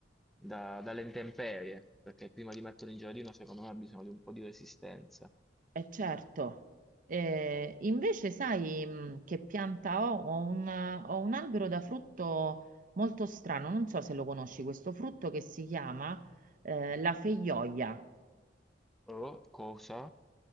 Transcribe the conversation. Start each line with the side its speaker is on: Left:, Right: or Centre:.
Centre: da- dalle intemperie, perché prima di metterlo in giardino, secondo me, ha bisogno di un po' di resistenza.
Right: eh, certo. Eh, invece sai mh, che pianta ho? Ho un, ho un albero da frutto molto strano, non so se lo conosci, questo frutto che si chiama eh, la feijoia.
Centre: Oh, cosa?